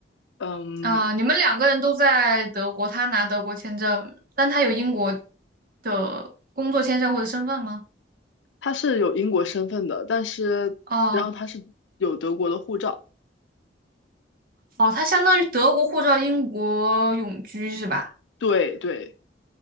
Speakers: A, on the left; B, on the right.
A: 嗯，
B: 啊，你们两个人都在德国，他拿德国签证，但他有英国的工作签证或者身份吗？
A: 他是有英国身份的，但是然后他是有德国的护照，
B: 哦哦，他相当于德国护照、英国永居是吧？
A: 对对，